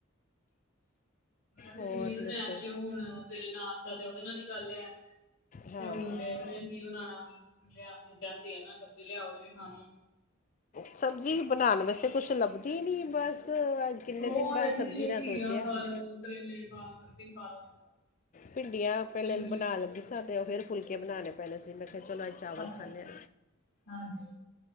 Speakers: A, on the left; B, on the left.
A: ਮੈਂ ਵੀ
B: ਹੋਰ
A: ਪਨੀਰ ਬਣੲਏਆ
B: ਦੱਸੋ
A: ਸੀ ਓ ਹੁਣ ਸਵੇਰੇ ਨਾਸ਼ਤਾ ਤੇ ਓਦੇ ਨਾਲ ਈ ਗੱਲ ਹੈ
B: ਹਾਂ
A: ਤੇ ਹੁਣ ਦੇ ਦੇ ਹ ਕੀ ਬਣਾਣਾ ਹੁਣ ਲੇਆਣਾ ਚਾਈਦੀ ਆ ਸਬਜ਼ੀ ਲੇਆਓ ਜੇੜੀ ਖਾਣੀ ਆ
B: ਸਬਜ਼ੀ ਬਣਾਣ ਵੈਸੇ ਕੁਛ ਲੱਭਦੀ ਨੀ ਬਸ ਕਿੰਨੇ
A: ਹੋਰ
B: ਦਿਨ ਬਾਅਦ
A: ਐਹੀ
B: ਸਬਜ਼ੀ
A: ਆ
B: ਦਾ
A: ਘੀਆਂ
B: ਸੋਚਿਆ
A: ਖਾ
B: ਸੀ।
A: ਲੋ ਕਰੇਲੇ ਖਾ ਲੋ ਅਰਬੀ ਖਾ ਲੋ
B: ਭਿੰਡੀਆਂ ਪੈਲੇ
A: ਇਹੀ
B: ਬਣਾ ਲੱਗੀ ਸ ਤੇ ਓ ਫੇਰ ਫੁਲਕੇ ਬਣਾਣੇ ਪੈਣੇ ਸੀ ਮੈਂ ਕੇਆ ਚਲੋ ਚਾਵਲ
A: ਅੱਛਾ-ਅੱਛਾ
B: ਖਾਣੇ ਆ
A: ਹਾਂਜੀ